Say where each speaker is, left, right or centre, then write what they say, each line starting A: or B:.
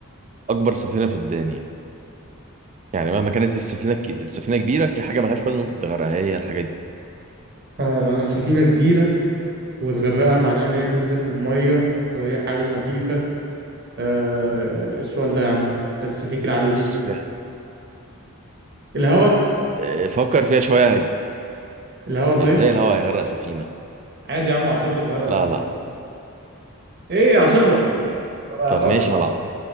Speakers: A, on the right (about 35°); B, on the right (about 50°).
A: أكبر سفينة في الدنيا يعني مهما كانت السفينة ك... السفينة كبيرة في حاجة ملهاش وزن ممكن تغرقها هي الحاجة دي
B: آه سفينة كبيرة وتغرقها معناه إن هي تنزل في المية طب هي حاجة خفيفة آه إيه السؤال ده يا عم أنت لسه فيك العادة دي
A: بص يعني
B: الهوا
A: آه، فكر فيها شوية هت-
B: الهوا طيب
A: إزاي الهواء هيغرق سفينة
B: عادي يا عم عاصفة تغرق
A: لا
B: السفينة
A: لا
B: إيه عاصفة طب إعصار
A: طب ماشي ما العاصفة